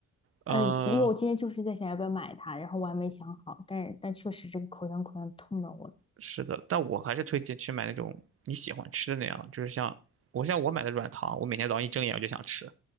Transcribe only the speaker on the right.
呃，
是的，但我还是推荐去买那种你喜欢吃的那样，就是像我像我买的软糖，我每天早上一睁眼我就想吃，